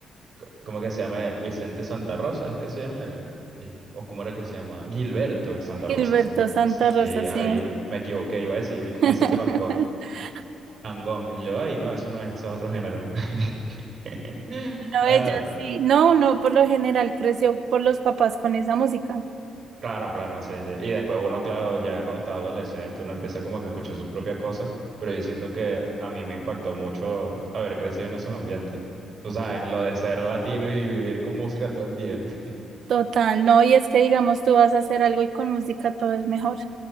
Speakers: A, on the right; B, on the right.
A: co- ¿cómo que se llama él? Vicente Santa Rosa, ¿es que se llama él? Dije, ¿O cómo era que se llama? Gilberto Santa
B: Gilberto
A: Rosa, se me ocurre.
B: Santa
A: Sí, sí,
B: Rosa, sí.
A: ay, me me equivoqué, iba a decir Vi- Vicente
B: <laughs>
A: Van Gogh, Van Gogh, y yo, ay, no, eso no es, eso es otro género. <laughs>
B: No,
A: Ay,
B: ellos sí. No, no, por lo general creció por los papás con esa música.
A: Claro, claro, sí, sí. Y después uno, claro, ya cuando está adolescente, uno empieza como que a escuchar su propia cosa, pero yo siento que a mí me impactó mucho haber crecido en esos ambientes. Tú sabes, lo de ser latino y vivir con música todo el día. <laughs>
B: Total, no, y es que digamos, tú vas a hacer algo y con música todo es mejor.